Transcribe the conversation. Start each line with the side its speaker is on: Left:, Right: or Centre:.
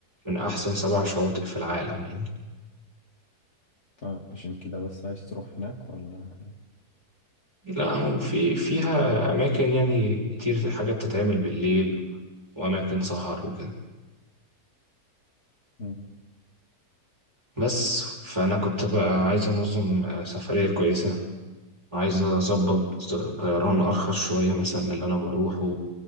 Right: من أحسن سبع شواطئ في العالم يعني
Left: طيب عشان كده بس عايز تروح هناك ولا
Right: لا وفي فيها أماكن يعني كتير حاجات تتعمل بالليل وأماكن سهر وكده
Left: مم.
Right: بس فأنا كنت بقى عايز أنظم آه، سفرية كويسة عايز أظبط آه، طيران أرخص شوية مثلا من اللي أنا بروحه